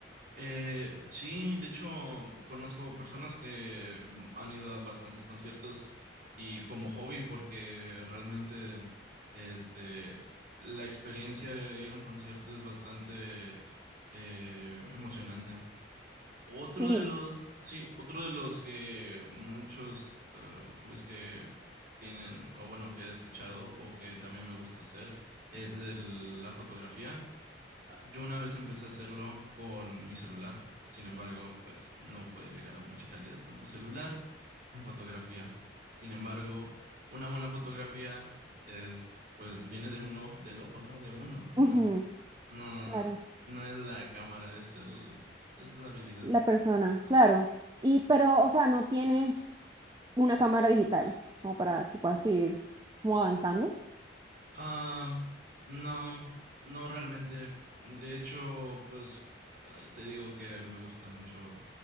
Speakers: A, on the right (about 50°); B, on the right (about 20°).
A: Eh, sí, de hecho, conozco personas que han ido a bastantes conciertos y como hobby, porque realmente este, la experiencia de ir a un concierto es bastante eh, emocionante. Otro
B: Sí,
A: de los, sí, otro de los que muchos eh, hobbies que tienen, o bueno, que he escuchado o que también me gusta hacer, es el- la fotografía. Ah, Yo una vez empecé a hacerlo con mi celular, sin embargo, pues no puedes llegar a mucha calidad con tu celular en fotografía. Sin embargo, una buena fotografía es, pues viene de un ojo, del ojo, ¿no? De uno, no,
B: ujú,
A: no,
B: claro,
A: no es la cámara, es el, es la habilidad.
B: la persona, claro. Y, pero, o sea, no tienes una cámara digital como para que puedas ir como avanzando.
A: Ah, no, no realmente. De hecho, pues eh, te digo que me gusta mucho